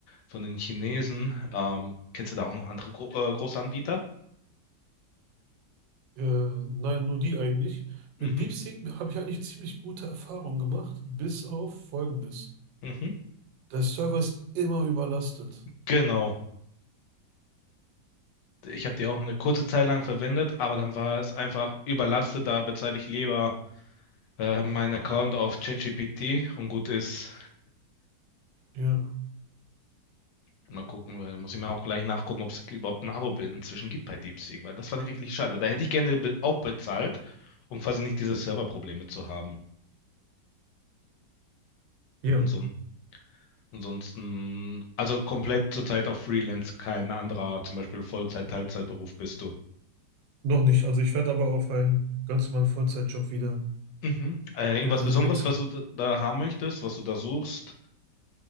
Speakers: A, on the left; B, on the right.
A: von den Chinesen. Ähm, kennst du da auch noch andere Gro äh, große Anbieter?
B: Äh, nein, nur die eigentlich.
A: Mhm,
B: Mit DeepSeek habe ich eigentlich ziemlich gute Erfahrungen gemacht, bis auf Folgendes.
A: mhm.
B: Der Server ist immer überlastet.
A: Genau. Ich habe die auch eine kurze Zeit lang verwendet, aber dann war es einfach überlastet. Da bezahle ich lieber äh, meinen Account auf ChatGPT und gut ist.
B: Ja,
A: Mal gucken, weil muss ich mir auch gleich nachgucken, ob es überhaupt ein Abo inzwischen gibt bei DeepSeek, weil das fand ich wirklich schade. Da hätte ich gerne be auch bezahlt, um quasi nicht diese Serverprobleme zu haben.
B: ja,
A: Und son- Ansonsten, also komplett zurzeit auf Freelance, kein anderer, zum Beispiel Vollzeit, Teilzeitberuf bist du.
B: noch nicht. Also ich werde aber auf einen ganz normalen Vollzeitjob wieder
A: Mhm. Äh, irgendwas
B: äh,
A: Besonderes,
B: wechseln.
A: was du da, da haben möchtest, was du da suchst?